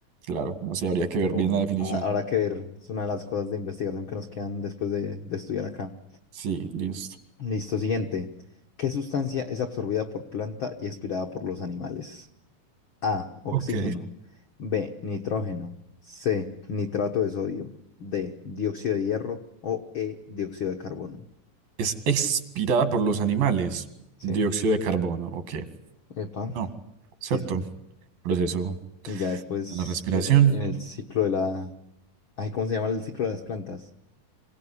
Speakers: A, on the right (about 80°); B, on the left (about 65°).
A: claro, no sé, habría que ver
B: Pero
A: bien
B: bueno,
A: la definición.
B: ahora, habrá que ver. Es una de las cosas de investigación que nos quedan después de, de estudiar acá.
A: Sí, listo.
B: Listo, siguiente. ¿Qué sustancia es absorbida por planta y expirada por los animales? A, oxígeno.
A: Ok.
B: B, nitrógeno. C, nitrato de sodio. D, dióxido de hierro. O E, dióxido de carbono.
A: Es expirada por los animales.
B: Sí,
A: Dióxido de carbono, ok.
B: epa.
A: No, ¿cierto?
B: Sí, sí.
A: Proceso
B: Y ya después
A: a la respiración.
B: en el, en el ciclo de la... Ay, ¿cómo se llama el ciclo de las plantas?